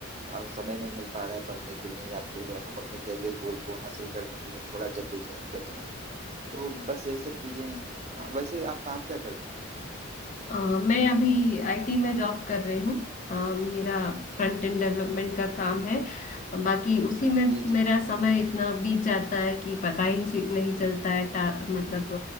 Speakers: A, on the right; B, on the left.
A: अ, समय नहीं मिल पा रहा है पढ़ने के लिए या फिर हम अपने करियर गोल को हासिल करने के लिए थोड़ा जद्दोजहद कर रहे हैं तो बस यही सब चीजें हैं अ, वैसे आप काम क्या करते हैं
B: अ, मैं अभी आईटी में जॉब कर रही हूँ अ, मेरा फ्रंट एंड डेवलपमेंट का काम है बाकी उसी में
A: जी जी
B: मेरा समय इतना बीत जाता है कि पता ही नहीं नहीं चलता है टा, मतलब